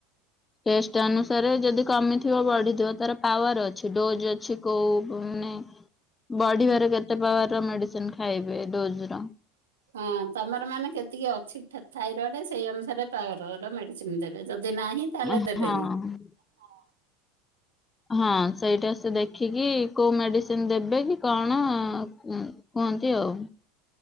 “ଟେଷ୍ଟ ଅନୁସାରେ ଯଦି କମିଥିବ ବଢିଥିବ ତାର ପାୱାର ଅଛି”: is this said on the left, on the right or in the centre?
Left